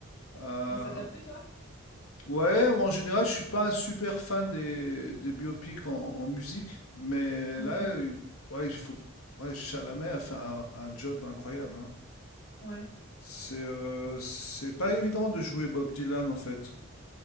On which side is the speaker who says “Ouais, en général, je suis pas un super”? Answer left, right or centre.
Left